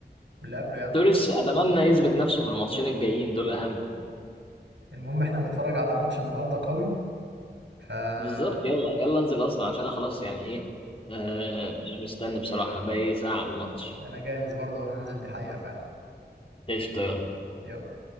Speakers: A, on the right; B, on the left.
A: واللي قبله يعني
B: توريس اتمنى يثبت نفسه في الماتشين الجايين دول اهم
A: المهم احنا هنتفرج على ماتش النهارده قوي فخلاص
B: بالظبط يلا يلا انزل اصلا عشان انا خلاص يعني ايه آه مش مستني بصراحة باقي ساعة على الماتش
A: انا جاهز برضه وهنزل دي حقيقه فعلا
B: قشطة يلا
A: يلا